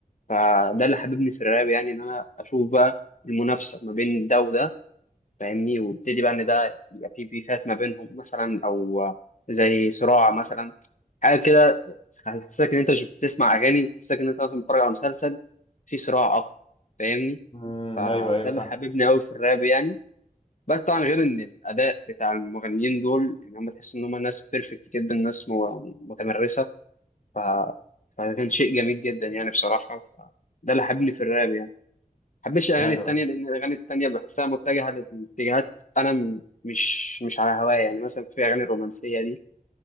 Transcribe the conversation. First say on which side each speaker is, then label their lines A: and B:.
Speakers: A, on the left (about 55°); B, on the left (about 40°).
A: فده اللي حببني في الراب يعني ان انا اشوف بقى المنافسة ما بين ده وده فاهمني وابتدي بقى ان ده يبقى في بيفات ما بينهم مثلا او آه، زي صراع مثلا حاجة كده تحسسك ان انت مش بتسمع اغاني تحسسك ان انت مثلا بتتفرج على مسلسل في صراع اكتر فاهمني
B: امم
A: فده
B: ايوه ايوه
A: اللي
B: فاهم
A: حببني قوي في الراب يعني بس طبعا غير ان الاداء بتاع المغنيين دول ان هم تحس ان هم ناس بيرفكت جدا ناس مو- يعني متمرسه ف... فده كان شيء جميل جدا يعني بصراحه ف... ده اللي حببني في الراب يعني ما حبيتش الاغاني
B: ايوه
A: التانيه لان الاغاني التانيه بحسها متجهه لاتجاهات انا م... مش مش على هوايا يعني مثلا في اغاني الرومانسيه دي